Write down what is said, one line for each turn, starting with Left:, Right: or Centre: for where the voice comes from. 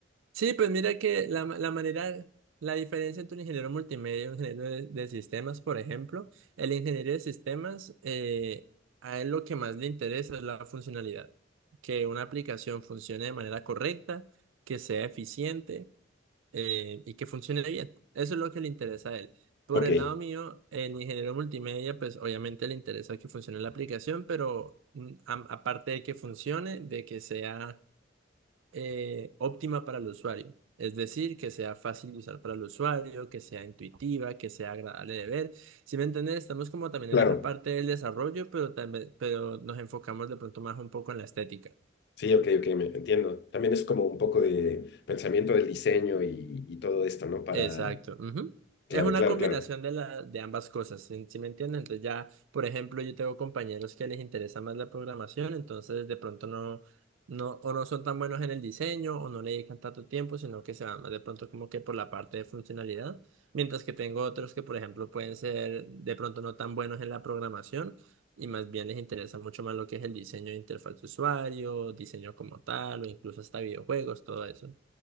Right: Sí, pues mira que la, ma- la manera, la diferencia entre un ingeniero multimedia y un ingeniero de, de sistemas, por ejemplo, el ingeniero de sistemas, eh, a él lo que más le interesa es la funcionalidad, que una aplicación funcione de manera correcta, que sea eficiente eh, y que funcione bien. Eso es lo que le interesa a él. Por
Left: Ok,
Right: el lado mío, en ingeniero multimedia, pues obviamente le interesa que funcione la aplicación, pero mm, a- aparte de que funcione, de que sea eh, óptima para el usuario. Es decir, que sea fácil de usar para el usuario, que sea intuitiva, que sea agradable de ver. Si me entiendes, estamos como también
Left: claro.
Right: en esa parte del desarrollo, pero también, pero nos enfocamos de pronto más un poco en la estética.
Left: Sí, ok, ok, me entiendo. También es como un poco de pensamiento del diseño y, y todo esto, ¿no? Para...
Right: Exacto. ujú.
Left: Claro,
Right: Es una
Left: claro,
Right: combinación
Left: claro.
Right: de, la, de ambas cosas, si me entiendes? Entonces ya, por ejemplo, yo tengo compañeros que les interesa más la programación, entonces de pronto no, no, o no son tan buenos en el diseño, o no le dedican tanto tiempo, sino que se van más de pronto como que por la parte de funcionalidad, mientras que tengo otros que, por ejemplo, pueden ser de pronto no tan buenos en la programación, y más bien les interesa mucho más lo que es el diseño de interfaz de usuario, diseño como tal, o incluso hasta videojuegos, todo eso.